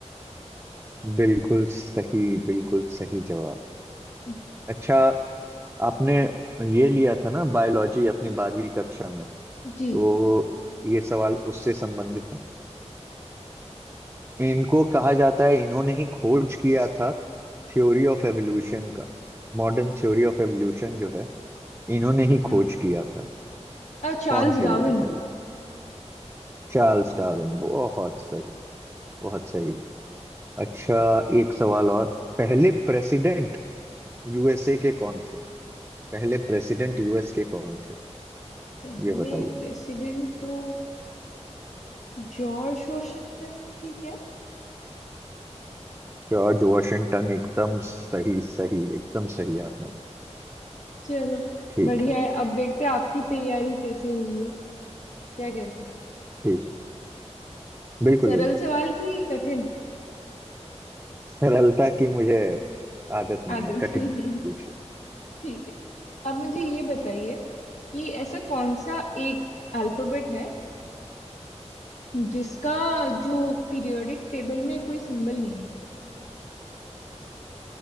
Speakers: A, on the right; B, on the left.
A: बिल्कुल सही बिल्कुल सही जवाब
B: <laughs>
A: अच्छा आपने ये लिया था ना बायोलॉजी अपनी बारहवीं कक्षा में तो
B: जी
A: ये सवाल उससे संबंधित है इनको कहा जाता है इन्होंने ही खोज किया था थ्योरी ऑफ एवोल्यूशन का मॉडर्न थ्योरी ऑफ एवोल्यूशन जो है इन्होंने ही
B: हाँ
A: खोज किया था
B: Charles
A: कौन थे
B: Darwin
A: ये बताइए चार्ल्स डार्विन बहुत सही बहुत सही अच्छा एक सवाल और पहले प्रेसिडेंट यूएसए के कौन थे पहले प्रेसिडेंट यूएस के कौन थे
B: पहले
A: ये बताइए मुझे।
B: प्रेसिडेंट तो जॉर्ज वॉशिंगटन थी क्या
A: जॉर्ज वॉशिंगटन एकदम सही सही एकदम सही आपने
B: चलो
A: ठीक
B: बढ़िया
A: है
B: है अब देखते हैं आपकी तैयारी कैसे हुई है क्या कहते हैं
A: ठीक बिल्कुल
B: सरल
A: बिल्कुल
B: सवाल की कठिन
A: सरलता की मुझे आदत नहीं
B: आदत
A: है कठिन
B: <laughs> ठीक
A: पूछिए
B: है अब मुझे ये बताइए कि ऐसा कौन सा एक अल्फाबेट है जिसका जो पीरियोडिक टेबल में कोई सिंबल नहीं है